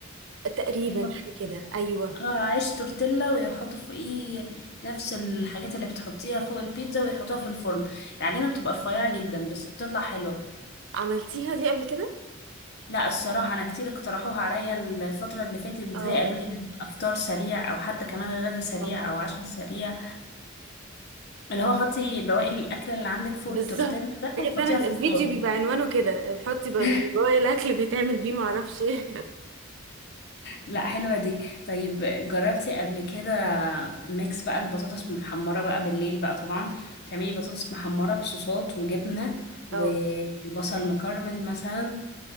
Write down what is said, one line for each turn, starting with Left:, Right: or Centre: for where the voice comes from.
Right: تقريبا
Left: يحط
Right: حاجه كده ايوه
Left: آه عيش تورتيلا ويحطوا فوقيه نفس الحاجات اللي بتحطيها فوق البيتزا ويحطوها في الفرن العجينة بتبقى رفيعة جدا بس بتطلع حلوة
Right: عملتيها دي قبل كده
Left: لا الصراحة أنا كتير اقترحوها عليا الفترة اللي فاتت دي
Right: اه
Left: قالوا لي هتبقى فطار سريع أو حتى كمان غدا سريع
Right: طبعاً.
Left: أو عشاء سريع اللي هو حطي بواقي الأكل اللي عندك فوق
Right: بالظبط
Left: التورتيلا ده
Right: هي فعلا
Left: وحطيها في
Right: الفيديو
Left: الفرن
Right: بيبقى عنوانه كده بحطي بقى
Left: <laughs>
Right: جوه الاكل بيتعمل بيه ما اعرفش ايه
Left: لا حلوة دي طيب جربتي قبل كده ميكس بقى البطاطس محمرة بقى بالليل بقى طبعا تعملي بطاطس محمرة بصوصات وجبنة
Right: <laughs>
Left: وبصل
Right: اه
Left: مكرمل مثلا